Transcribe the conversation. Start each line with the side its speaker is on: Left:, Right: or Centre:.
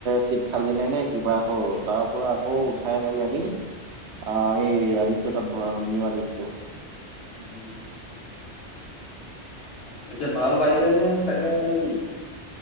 Right: চিট খালি নাই নে কিবা হ'ল তাৰ পৰা আকৌ উঠাই মেলি আনি আহ এই আদিত্য তাত ভৰা হ'ল নিউ আদিত্য
Left: উম হম হুম তাকে এতিয়া ভাল পাইছে নে চাগে নে কি?